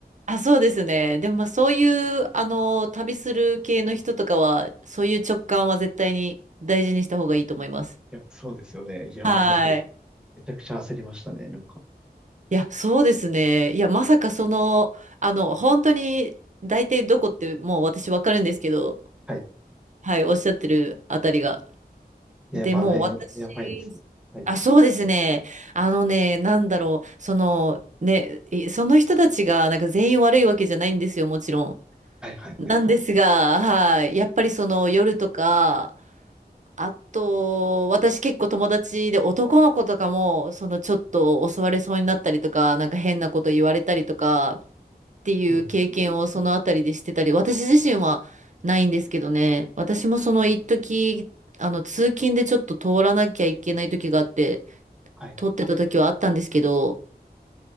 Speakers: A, on the right (about 50°); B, in the centre.
A: あ、そうですね。でも、まあ、そういう、あの、旅する系の人とかは、そういう直感は絶対に大事にした方がいいと思います。
B: いや、そうですよね。いやー、
A: はい。
B: マジで、めちゃくちゃ焦りましたね、なんか。
A: いや、そうですね。いや、まさかその、あの、本当に、大体どこってもう私わかるんですけど、
B: はい
A: はい、おっしゃってるあたりが。
B: いややっぱあの辺、
A: で、もう私、
B: やばいんですね。はい。
A: あ、そうですね。あのね、なんだろう、その、ね、いその人たちが、なんか全員悪いわけじゃないんですよ、もちろん。
B: はいはいはい。
A: なんですが、はい。やっぱりその夜とか、あと、私結構友達で男の子とかも、そのちょっと襲われそうになったりとか、なんか変なこと言われたりとかっていう経験をそのあたりでしてたり、
B: うん。
A: 私自身はないんですけどね。私もその一時、あの通勤でちょっと通らなきゃいけない時があって、
B: はい。
A: 通ってた時はあったんですけど、